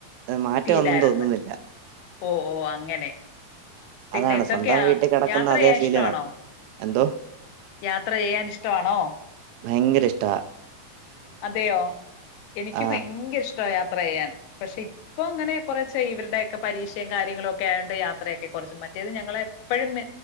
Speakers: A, on the right; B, on the left.
A: മാറ്റം
B: ഫീലായിരുന്നു
A: ഒന്നും തോന്നുന്നില്ല
B: ഓ ഓ അങ്ങനെ പിന്നെ
A: അതാണ്
B: എന്തൊക്കെയാ
A: സ്വന്തം വീട്ടിൽ കിടക്കുന്ന
B: യാത്ര
A: അതേ
B: ചെയ്യാൻ
A: ഫീലിനാ
B: ഇഷ്ടാണോ
A: എന്തോ
B: യാത്ര ചെയ്യാൻ ഇഷ്ടമാണോ
A: ഭയങ്കര ഇഷ്ട
B: അതെയോ എനിക്ക്
A: ആഹ്
B: ഭയങ്കര ഇഷ്ട യാത്ര യാത്ര ചെയ്യാൻ പക്ഷെ ഇപ്പൊ അങ്ങനെ കുറച്ച് ഇവരുടെ ഒക്കെ പരീക്ഷയും കാര്യങ്ങളും ഒക്കെ ആതുകണ്ട് യാത്രയൊക്കെ കുറച്ച്റ്റ മറ്റേത് ഞങ്ങള എപ്പോഴും